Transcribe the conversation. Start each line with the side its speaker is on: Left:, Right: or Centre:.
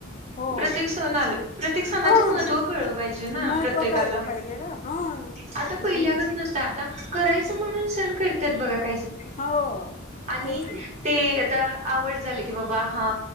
Left: हो
Right: प्रत्येक सण प्रत्येक सणाचं
Left: हां
Right: महत्त्व कळ पाहिजे
Left: महत्त्व
Right: प्रत्येकाला
Left: कळलं पाहिजे ना हां
Right: आता पहिल्यागत
Left: मग
Right: नसतं करायचं म्हणून सन करतात बघा काही
Left: हो
Right: आणि
Left: तेच ना
Right: ते आवड झाली की बाबा हा